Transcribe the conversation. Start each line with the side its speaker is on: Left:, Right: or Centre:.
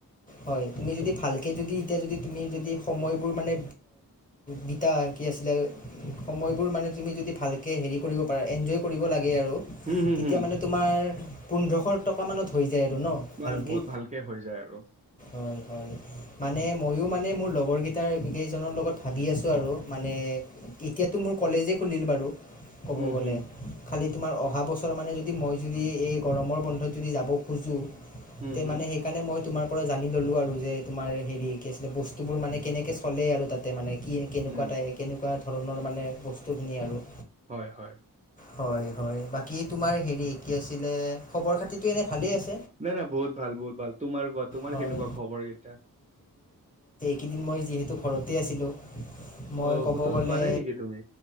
Left: হয় তুমি যদি ভালকে যদি এতিয়া যদি। তুমি যদি সময়বোৰ মানে গীতা কি আছিলে সময়বোৰ মানে তুমি যদি ভাল। হেৰি কৰিব পাৰ এনজয় কৰিব লাগে।
Right: হুম হুম
Left: তেতিয়া
Right: হুম
Left: মানে তোমাৰ পোন্ধৰশ টকা মানত হৈ যায়। হয় নে
Right: মানে
Left: ভালকে
Right: বহুত হৈ যায় আৰু
Left: অ অ মানে মইও। মানে মোৰ লগৰ কেইটাৰ কেইজনৰ লগত ভাবি আছো আৰু মানে এতিয়াতো মোৰ কলেজে খুলিল বাৰু। ক'ব
Right: হুম
Left: গ'লে।
Right: হুম
Left: তোমাৰ অহা বছৰ মানে যদি মই যদি এই গৰমৰ বন্ধত যদি যাব খোজোঁ।
Right: হুম
Left: তে
Right: হুম
Left: মানে সেইকাৰণে মই তোমাৰ পৰা জানি ললো আৰু যে তোমাৰ হেৰি কিছিল বস্তু। সেইবোৰ মানে কেনেকে চলে আৰু তাতে মানে কি কেনেকুৱা
Right: উম
Left: কেনেকুৱা। ধৰণৰ মানে বস্তুখিনি আৰু।
Right: হয় হয়।
Left: হয় হয় বাকী তোমাৰ হেৰি কি আছিলে খবৰ খাতিটো এনে ভালে আছে।
Right: নাই নাই বহুত ভাল বহুত ভাল তোমাৰ কোৱা তোমাৰ
Left: হয়
Right: কেনেকুৱা খবৰকেইটা।
Left: কেইদিন মই যিহেতু ঘৰতে আছিলো। মই
Right: অ
Left: ক'ব
Right: ক'তো
Left: গ'লে
Right: যোৱা নাই নেকি তুমি